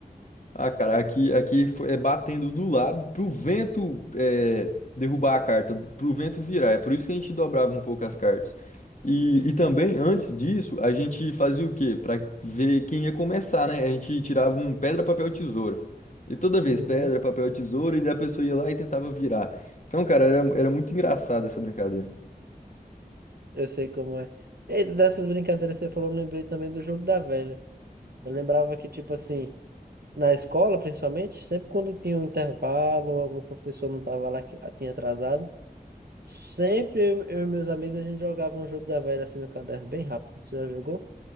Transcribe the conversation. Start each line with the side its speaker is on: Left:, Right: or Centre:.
Left: Ah, cara, aqui, aqui fo- é batendo do lado pro vento é, derrubar a carta, pro vento virar. É por isso que a gente dobrava um pouco as cartas. E, e também, antes disso, a gente fazia o quê? Pra ver quem ia começar, né? A gente tirava um pedra, papel, tesoura. E toda vez,
Right: Uhum.
Left: pedra, papel, tesoura, e daí a pessoa ia lá e tentava virar. Então, cara, era, era muito engraçado essa brincadeira.
Right: Eu sei como é. E dessas brincadeiras que você falou, eu lembrei também do jogo da velha. Eu lembrava que, tipo assim, na escola, principalmente, sempre quando tinha um intervalo, algum professor não tava lá que ah, tinha atrasado, Sempre eu, eu e meus amigos a gente jogava um jogo da velha assim no caderno, bem rápido. Você já jogou?